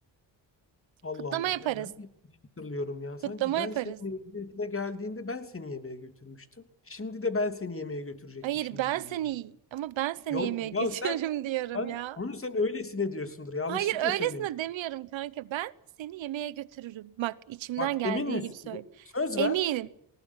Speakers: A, on the left; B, on the right.
A: Allah
B: Kutlama
A: Allah
B: yaparız.
A: ya ben mi yanlış hatırlıyorum ya. Sanki
B: Kutlama
A: ben
B: yaparız.
A: seni mezuniyetine geldiğinde ben seni yemeğe götürmüştüm. Şimdi de ben seni yemeğe götürecekmişim
B: Hayır ben
A: gibi
B: seni
A: geliyor.
B: ama ben seni
A: Yok
B: yemeğe
A: ya
B: <laughs> götürürüm
A: sen
B: diyorum
A: ha,
B: ya.
A: onu sen öylesine diyorsundur. Yanlışlıkla
B: Hayır öylesine
A: söylemişsin.
B: demiyorum kanka. Ben seni yemeğe götürürüm. Bak içimden
A: Bak
B: geldiği
A: emin misin?
B: gibi söyle.
A: bu? Söz
B: Eminim.
A: ver